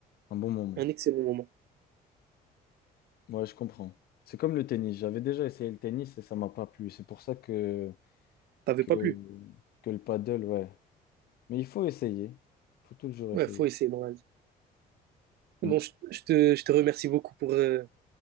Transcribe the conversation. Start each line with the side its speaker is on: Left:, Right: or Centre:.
Left: un bon moment.
Right: un excellent moment.
Left: Ouais, je comprends. C'est comme le tennis. J'avais déjà essayé le tennis et ça m'a pas plu. C'est pour ça que,
Right: T'avais
Left: que,
Right: pas plu.
Left: que le paddle, ouais. Mais il faut essayer. Il faut toujours essayer.
Right: Ouais, faut essayer dans la vie.
Left: Mm.
Right: Bon, je, je te, je te remercie beaucoup pour, euh,